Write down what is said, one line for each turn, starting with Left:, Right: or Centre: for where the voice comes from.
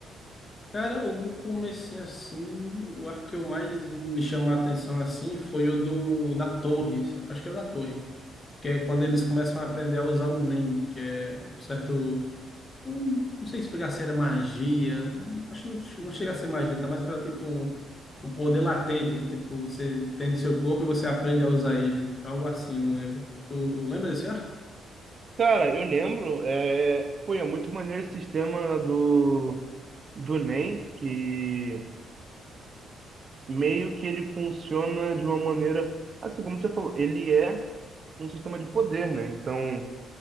Left: Cara, o do comecinho assim, o arco que eu mais me chamou a atenção assim foi o do da torre, acho que é o da torre, que é quando eles começam a aprender a usar o Nen, que é um certo Não, não sei se pegar se era magia. Acho que não, não chega a ser magia, tá mais para tipo um, um poder latente que tipo você tem no seu corpo e você aprende a usar ele. Algo assim, eu não lembro. Tu lembra desse arco?
Right: Cara, eu lembro, é, pô, é muito maneiro esse sistema do do Enem, que meio que ele funciona de uma maneira, assim como você falou, ele é um sistema de poder, né? Então,